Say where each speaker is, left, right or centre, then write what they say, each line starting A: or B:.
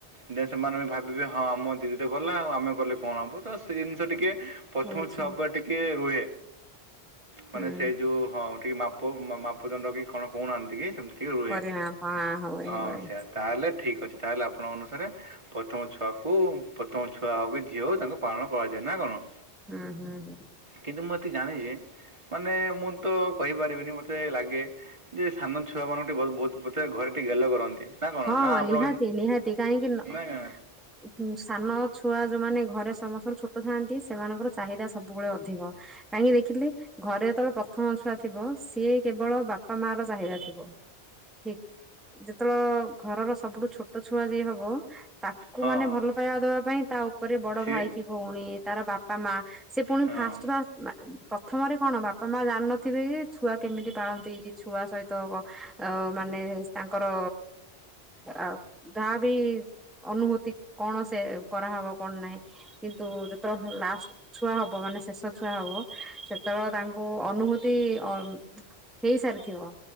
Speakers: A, on the right (about 30°); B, in the centre.
A: ଦେନ୍ ସେମାନେ ବି ଭାବିବେ ହଁ ଆମ ଦିଦି ତେ ଗଲା ଆଉ ଆମେ ଗଲେ କଣ ହବ? ତ ସେ ଜିନଷ ଟିକେ ପ୍ରଥମ
B: ହଉଛି
A: ଛୁଆପାଆ ଟିକ୍ କେ ରୁହେ। ମାନେ
B: ହୁଁ
A: ସେ ଯୋଉ ହଁ କେଇ ମାପ ମା-ମାପଦଣ୍ଡ କି କଣ କହୁନାହାନ୍ତି କି? ସେମତି। କିଏ ହୁଏ?
B: ପରିମାଣ ହୁଏ
A: ହଁ
B: ହୁଏ
A: ସେଆ। ତାହାଲେ ଠିକ୍ ଅଛି। ତାହାଲେ ଆପଣ ଅନୁସାରେ ପ୍ରଥମ ଛୁଆକୁ ଉମ୍ ପ୍ରଥମ ଛୁଆ ହଉ କି ଝିଅ ହଉ ତାଙ୍କୁ ପାଳନ କରାଯାଏ। ନା କଣ?
B: ହୁଁ ହୁଁ ହୁଁ।
A: କିନ୍ତୁ ମୁଁ ଏତିକି ଜାଣିଚି ମାନେ ମୁଁ ତ କହିପାରିବିନି ମତେ ଲାଗେ ଯେ ସାନ ଛୁଆମାନଙ୍କୁ ଟିକେ ବହୁତ୍ ବହୁତ୍ ବୋଥେ ଘରେ ଟିକେ ଗେଲ କରନ୍ତି। ନା କ'ଣ
B: ହଁଁ
A: ନା ଆପଣ
B: ଲିହାତି ନିହାତି କାହିଁକି ନହବ୍
A: ନା କାଣ?
B: ହୁଁ ସାନଛୁଆ ଯୋଉମାନେ ଘରେ ସମସ୍ତଙ୍କରୁ ଛୋଟ ଥାଆନ୍ତି, ସେମାନଙ୍କର ଚାହିଦା ସବୁବେଳେ ଅଧିକ। କାହିଁକି ଦେଖିଲେ, ଘରେ ଯେତବେଳେ ପ୍ରଥମ ଛୁଆ ଥିବ, ସିଏ କେବଳ ବାପା ମାଆର ଚାହିଦା ଥିବ। ଠିକ୍ ଯେତବେଳ ଘ ଘରର ସବୁଠୁ ଛୋଟଛୁଆ ଯିଏ ହବ ତାକୁ
A: ହଁ
B: ମାନେ
A: ହଁ
B: ଭଲ ପାଇବା ଦେବା ପାଇଁ ତା ଉପ ଉପରେ ବଡ
A: ସିଏ
B: ଭାଇ କି ଭଉଣୀ, ତାର ବାପା ମାଆ, ସେ ପୁଣି
A: ହଁ
B: ଫାଷ୍ଟ୍ ଫାଷ୍ଟ୍ ପ୍ରଥମରେ କଣ ବାପା ମା ଜାଣିନଥିବେ, ଯେ ଛୁଆ କେମିତି ପାଳନ୍ତି କି ଛୁଆ ସହିତ ଆ ମାନେ ତାଙ୍କର ଆଉ ଯାହା ବି ଅନୁଭୂତି କଣ ସେ କରାହବ କଣ ନାଇଁ କିନ୍ତୁ ଯେତବ ହେଲେ ଲାଷ୍ଟ୍ ଛୁଆ ହବ ମାନେ ଶେଷ ଛୁଆ ହବ। ସେତବେଳେ ତାଙ୍କୁ ଅନୁଭୂତି ଅ ହେଇସାରିଥିବ।